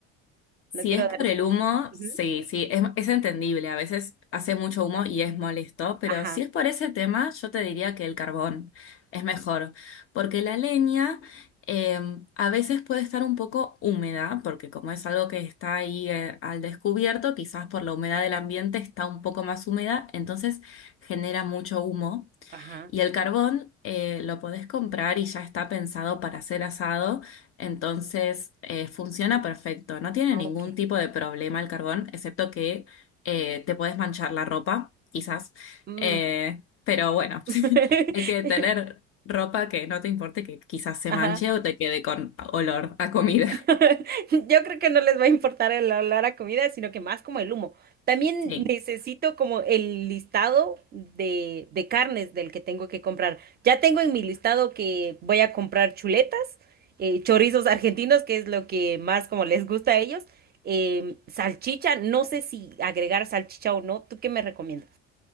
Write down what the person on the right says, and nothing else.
No quiero
darles
con...
Ujú.
Ajá,
ajá.
Ah,
Ok.
Mm.
<laughs>
Ajá.
<laughs> Yo creo que no les va a importar el olor a comida, sino que más como el humo. También
necesito como el listado de, de carnes del que tengo que comprar. Ya tengo en mi listado que voy a comprar chuletas, eh, chorizos argentinos, que es lo que más como les gusta a ellos, em, salchicha, no sé si agregar salchicha o no. ¿Tú qué me recomiendas?